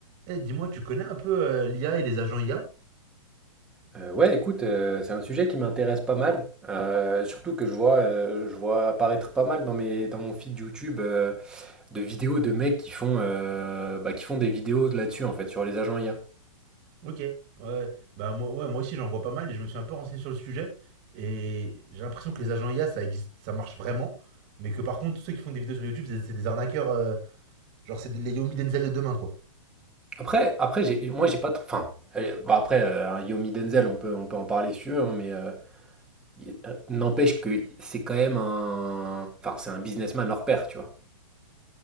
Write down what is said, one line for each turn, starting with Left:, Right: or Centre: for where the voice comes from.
Right: Eh, dis-moi, tu connais un peu euh, l'IA et les agents IA?
Centre: Euh, ouais, écoute, euh, c'est un sujet qui m'intéresse pas mal, euh, surtout que je vois, euh, je vois apparaître pas mal dans mes, dans mon feed YouTube euh, de vidéos de mecs qui font, euh, bah, qui font des vidéos là-dessus en fait sur les agents IA.
Right: Ok. Ouais. ouais. Bah moi, ouais, moi aussi j'en vois pas mal et je me suis un peu renseigné sur le sujet. Et j'ai l'impression que les agents IA, ça existe, ça marche vraiment. Mais que par contre, tous ceux qui font des vidéos sur YouTube, c'est c'est des arnaqueurs. euh, genre, c'est des- les Yomi Denzel de demain, quoi.
Centre: Après, après, j'ai, moi j'ai pas, tr- enfin, euh, bah, après euh, un Yomi Denzel, on peut, on peut en parler si tu veux, hein, mais euh, il- euh, n'empêche que c'est quand même un, enfin, c'est un businessman hors pair, tu vois.